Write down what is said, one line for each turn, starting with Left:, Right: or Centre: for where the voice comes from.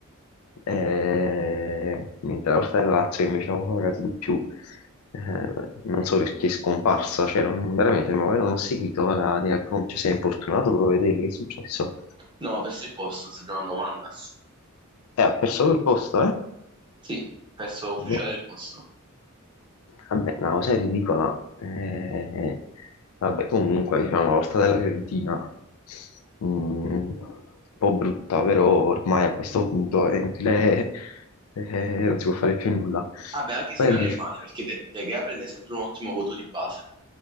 Left: eh, mentre la porta della Lazio che invece avevo pagato di più. eh, non so perché è scomparsa, cioè non, veramente ma poi non ho seguito la, di- cioè, si è importunato per vedere che è successo.
Right: No, ho perso il posto, sto giocando Mandas.
Left: Eh, ha perso quel posto, eh?
Right: Sì, perso ufficiale
Left: Boh.
Right: del posto.
Left: Vabbè, una cosa ridicola. Eh, vabbè, comunque, diciamo, la volta della Fiorentina, mh, un po' brutta, però ormai a questo punto è inutile, eh, non si può fare più nulla.
Right: Ah beh, anche
Left: Poi
Right: se non
Left: a dif-
Right: è male, perché De, De Gea prende sempre un ottimo voto di base.